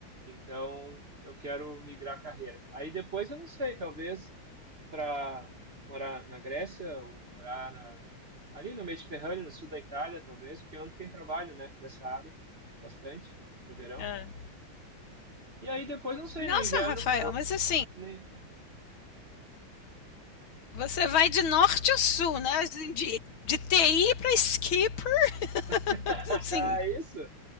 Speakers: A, on the right (about 30°); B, on the left (about 80°).
A: Então, eu quero migrar a carreira. Aí depois eu não sei, talvez para morar na Grécia ou morar na, ali no Mediterrâneo, no sul da Itália, talvez, porque é onde tem trabalho, né, dessa área, bastante, no verão.
B: é.
A: E aí depois, não sei,
B: Nossa,
A: no inverno,
B: Rafael,
A: fa-
B: mas assim,
A: nem-
B: você vai de norte a sul, né? Assim, De, de TI para esqui, pra,
A: <laughs>
B: <laughs> assim.
A: isso,